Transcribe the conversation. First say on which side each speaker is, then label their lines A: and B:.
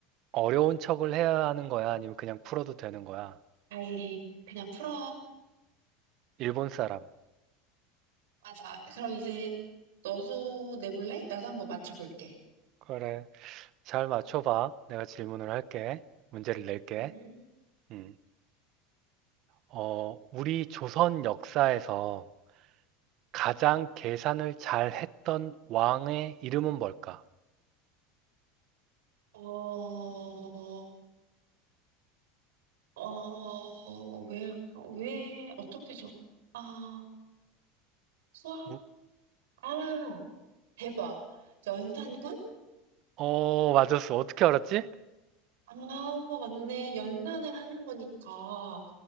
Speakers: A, on the right; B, on the right.
A: 어려운 척을 해야 하는 거야? 아니면 그냥 풀어도 되는 거야?
B: 아이, 그냥 풀어.
A: 일본 사람.
B: 맞아. 그럼 이제 너도 내볼래? 나도 한번 맞춰볼게.
A: 그래. 잘 맞춰봐. 내가 질문을 할게. 문제를 낼게.
B: 음,
A: 음. 어, 우리 조선 역사에서 가장 계산을 잘 했던 왕의 이름은 뭘까?
B: 어, 어, 왜, 왜, 어떻게 저, 아, 수학?
A: 우-
B: 아, 대박. 연산군?
A: 어, 맞았어. 어떻게 알았지?
B: 아, 맞네. 연산을 하는 거니까.